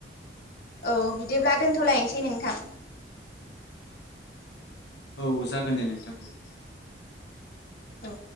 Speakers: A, on the left; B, on the left.
A: औ बिदिब्ला दोनथ'लायनोसै नोंथां।
B: औ जागोन दे नोंथांखौ
A: अ